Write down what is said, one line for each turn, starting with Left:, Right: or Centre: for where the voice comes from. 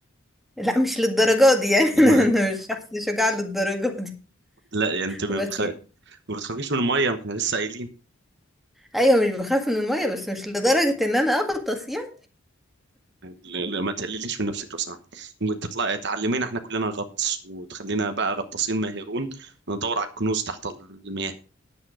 Centre: لا مش للدرجة دي يعني
Right: لأن-
Centre: <laughs> انا أنا
Right: <laughs>
Centre: مش شخص شجاع للدرجة دي
Right: لا يعني انت ما
Centre: بس
Right: بتخ...
Centre: يعني،
Right: ما بتخافيش من المية ما احنا لسه قايلين
Centre: ايوه مش بخاف من المية بس مش لدرجة ان انا اغطس يعني.
Right: ل- ل- ما تقلليش من نفسك لو سمحت ممكن تطلعي تعلمينا احنا كلنا غطس وتخلينا بقى غطاسين ماهرون ندور على الكنوز تحت المياه